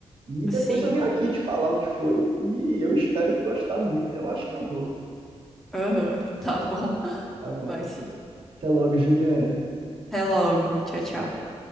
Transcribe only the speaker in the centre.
Sim.
Aham. Tá bom. <laughs>
Vai sim.
Até logo. Tchau, tchau.